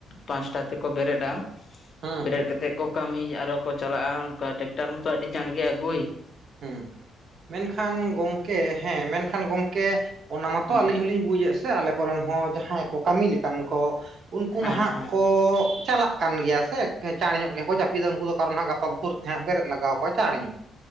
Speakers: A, on the left (about 45°); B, on the right (about 60°).
A: ᱯᱟᱸᱪᱴᱟ ᱛᱮᱠᱚ ᱵᱮᱨᱮᱫ ᱟ ᱾
B: ᱦᱩᱸ
A: ᱵᱮᱨᱮᱫ
B: ᱦᱩᱸ
A: ᱠᱟᱛᱮᱫ ᱠᱚ ᱠᱟᱹᱢᱤ ᱟᱨᱚ ᱠᱚ ᱪᱟᱞᱟᱜᱼᱟ ᱚᱱᱠᱟ ᱴᱮᱠᱴᱟᱨ ᱢᱟᱛᱚ ᱟᱹᱰᱤ ᱪᱟᱬᱜᱮ ᱟᱹᱜᱩᱭ ᱾
B: ᱦᱩᱸ ᱢᱮᱱᱠᱷᱟᱱ ᱜᱚᱢᱠᱮ ᱦᱮᱸ ᱢᱮᱱᱠᱷᱟᱱ ᱜᱚᱢᱠᱮ? ᱚᱱᱟ ᱢᱟᱛᱚ
A: ᱦᱩᱸ
B: ᱟᱞᱤᱧ ᱦᱚᱞᱤᱧ ᱵᱩᱡᱮᱫ ᱥᱮ ᱟᱞᱮ ᱠᱚᱨᱮᱱ ᱦᱚᱸ ᱡᱟ᱾ ᱦᱟᱸᱭ ᱠᱚ ᱠᱟᱹᱢᱤ ᱞᱮᱠᱟᱱ ᱠᱚ ᱩᱱᱠᱩ
A: ᱦᱮᱸ
B: ᱢᱟ ᱦᱟᱸᱜ
A: ᱦᱮᱸ
B: ᱠᱚ? ᱪᱟᱞᱟᱜ ᱠᱟᱱ ᱜᱮᱭᱟ ᱥᱮ ᱪᱟᱬ ᱧᱚᱜ ᱜᱮᱠᱚ ᱡᱟᱹᱯᱤᱫᱟ ᱩᱱᱠᱩ ᱫᱚ ᱠᱟᱨᱚᱱ ᱦᱟᱸᱜ ᱜᱟᱯᱟ ᱵᱷᱳᱨ ᱛᱮ ᱦᱟᱸᱜ ᱵᱮᱨᱮᱫ ᱞᱟᱜᱟᱣ ᱠᱚᱣᱟ ᱪᱟᱬ ᱧᱚᱜ ᱾